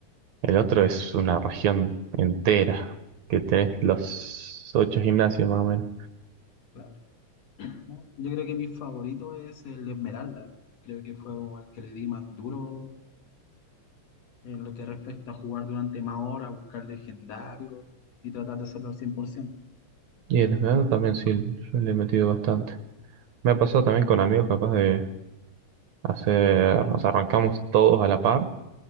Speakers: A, on the right (about 65°); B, on the left (about 60°).
A: El otro es una región entera, que tenés los ocho gimnasios más o menos.
B: Claro. No, Yo creo que mi favorito es el Esmeralda. Creo que fue como el que le di más duro en lo que respecta a jugar durante más horas, buscar legendarios y tratar de hacerlo al 100%.
A: Y el esmeralda también sí, yo le he metido bastante. Me ha pasado también con amigos capaz de hacer, nos arrancamos todos a la par